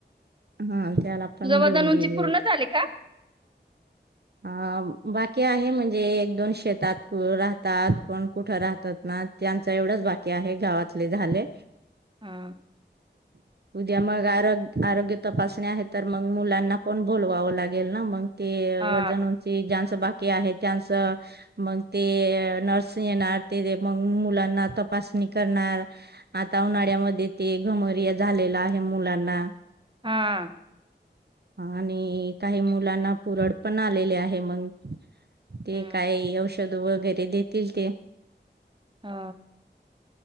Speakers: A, on the right; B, on the right.
A: हा त्याला
B: तुझवळदण
A: पण घेऊन गेली
B: उंची पूर्ण
A: होती
B: झाले का
A: अ बाकी्य आहे म्हणजे एक दोन शेतात राहतात कोण कुठं राहतात ना त्यांचं एवढंच बाकी्य आहे गावातले झाले
B: हा
A: उद्या मग आ आरोग्य तपासणी आहे तर मग मुलांना पण बोलवावं लागेल ना मग ते
B: हां,
A: व ची जनसभ आहे त्यांच मग ते नर्स येणार ते मग मुलांना तपासणी करणार आता उन्हाळ्यामध्ये ते घमरिया झालेलं आहे मुलांना
B: हा
A: आणि काही मुलांना पुरड पण आलेले आहे मग ते
B: हं.
A: काय औषध वगैरे देतील ते
B: हा